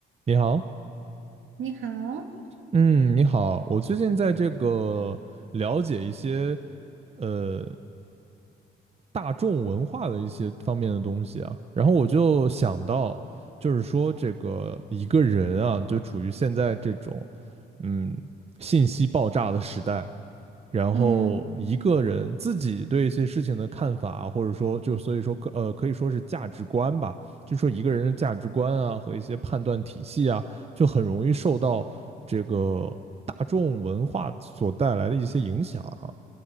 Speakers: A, on the right; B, on the right.
A: 你好，
B: 你好，
A: 嗯，你好，我最近在这个了解一些呃大众文化的一些方面的东西啊，然后我就想到，就是说这个一个人啊，就处于现在这种嗯信息爆炸的时代，然后一个人自己对一些事情的看法，
B: 嗯
A: 或者说就所以说可呃可以说是价值观吧，就说一个人的价值观啊和一些判断体系啊，就很容易受到这个大众文化所带来的一些影响啊。